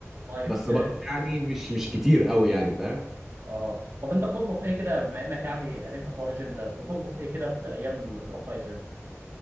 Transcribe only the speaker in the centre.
بس برضه
يعني مش مش كتير قوي يعني فاهم